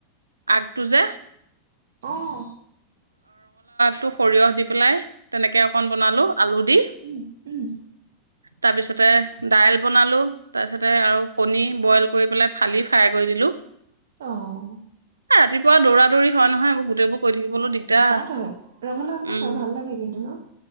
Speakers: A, on the right; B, on the right.
A: আগটো যে
B: অহ।
A: টো সৰিয়হ দি পেলাই। তেনেকে অকন বনালো আলু দি।
B: উম উম
A: তাৰপিছতে দাইল বনালো, তাৰপিছতে আৰু কণী বইল কৰি পেলাই ফালি ফ্ৰাই কৰি দিলো।
B: অহ।
A: এ ৰাতিপুৱা দৌৰা দৌৰি হয়, নহয় <unintelligible> থাকিবলৈও দিগদাৰ।
B: উৎপাত হয়, ৰঙালাও আগটো
A: উম,
B: খাই ভাল লাগে কিন্তু ন?